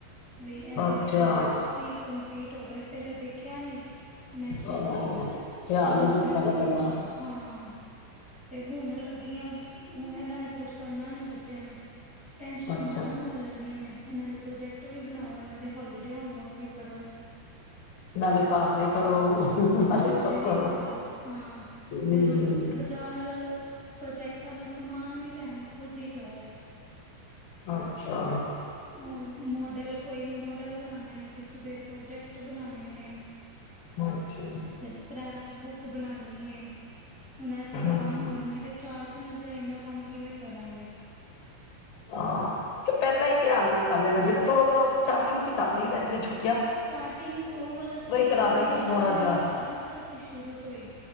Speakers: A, in the centre; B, on the left.
A: ਬਈ ਇਹ ਵਾਲੇ
B: ਅੱਛਾ,
A: ਪ੍ਰੋਜੈਕਟ ਸੀ ਕੰਪਲੀਟ ਹੋ ਗਏ ਪਹਿਲਾਂ ਦੇਖਿਆ ਨੀ ਮੈਸੇਜ
B: ਹਾਂ ਧਿਆਨ
A: ਤੇ
B: ਨੀ
A: ਹੁਣ
B: ਦਿੱਤਾ ਨਾ ਪਹਿਲਾਂ,
A: ਹਾਂ। ਤੇ ਹੁਣ ਲੱਗੀਆਂ ਇਹਨਾਂ ਨੇ ਕੁਛ ਕਰਨਾ ਨੀ ਬੱਚਿਆਂ ਨੇ ਟੈਨਸ਼ਨਾਂ
B: ਅੱਛਾ।
A: ਮਾਵਾਂ ਨੂੰ ਹੋ ਜਾਂਦੀਆਂ ਨੇ ਇਹਨਾਂ ਦੇ ਪ੍ਰੋਜੈਕਟ ਵੀ ਬਣਾਓ, ਇਹਨਾਂ ਦੇ ਹੋਲੀਡੇ ਹੋਮਵਰਕ ਵੀ ਕਰੋ।
B: ਨਾਲੇ ਘਰ ਦੇ ਕਰੋ, ਨਾਲੇ
A: ਘਰ
B: ਸਭ
A: ਦੇ ਵੀ
B: ਕਰੋ
A: ਹਾਂ
B: ਹੂੰ।
A: ਫਿਰ ਬਾਜ਼ਾਰ ਪ੍ਰੋਜੈਕਟਾਂ ਦਾ ਸਮਾਨ ਵੀ ਲੈਣ ਖੁਦ ਹੀ ਜਾਓ।
B: ਅੱਛਾ,
A: ਮੋਡਲ ਕੋਈ ਮੋਡਲ ਬਣਾਣਾ ਹੈ। ਕਿਸੇ ਦੇ ਪ੍ਰੋਜੈਕਟ ਬਣਾਣੇ ਨੇ
B: ਅੱਛਾ,
A: ਜਸਕਰੈਪ ਬੁੱਕ ਬਣਾਣੀ ਏ ਉਹਨਾਂ ਦੇ ਸਭ
B: ਹਾਂ।
A: ਕੰਮ ਮੈਂ ਕਿਹਾ ਚਾਰ ਇੰਨਾ ਚਿਰ ਇੰਨਾ ਕੰਮ ਕਿਵੇਂ ਕਰਾਂਗੇ।
B: ਹਾਂ ਤੇ ਪਹਿਲਾਂ ਹੀ ਧਿਆਨ ਨਾਲ ਕਰ ਲੈਣਾ ਸੀ, ਨਾ ਥੋੜਾ- ਥੋੜਾ ਸਟਾਟਿੰਗ ਚ ਹੀ ਕਰ ਲਈਦੈ ਜਿਹੜਾ ਛੁ
A: ਸਟਾਟਿੰਗ ਉਹ ਵਾਲਾ ਤੇ ਰਿਟਰਨ
B: ਕਰਾ ਦਈਦਾ
A: ਵਾਲਾ
B: ਥੋੜਾ
A: ਤੇ ਇਹਨਾਂ
B: ਜਿਹਾ
A: ਨੇ ਕਰ ਲਿੱਤਾ ਸੀ ਸ਼ੁਰੂ ਤੋਂ ਹੀ,